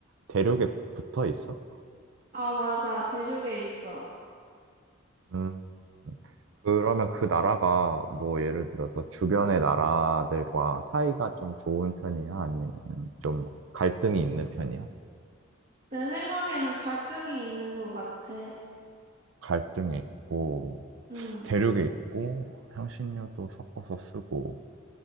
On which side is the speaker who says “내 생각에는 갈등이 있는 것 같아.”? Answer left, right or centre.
Right